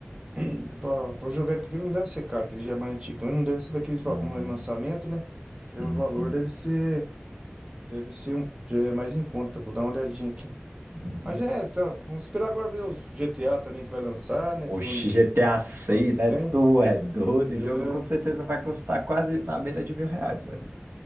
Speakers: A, on the right (about 25°); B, on the right (about 60°).
A: <clears throat> pra pra jogar ele, porque ele não deve ser caro, que ele já é mais antigão, ele não deve ser daqueles val-
B: aham,
A: no lançamento, né?
B: sim,
A: Aí O valor
B: sim.
A: deve ser, deve ser um, já é mais em conta. Vou dar uma olhadinha aqui.
B: Uhum.
A: Mas é, tá, vamos esperar agora ver os GTA também que vai lançar, né?
B: Oxi,
A: Quando que,
B: GTA 6,
A: quando que
B: né?
A: vem?
B: Tu é doido, o
A: É,
B: jogo com certeza vai custar quase na beira de mil reais, velho.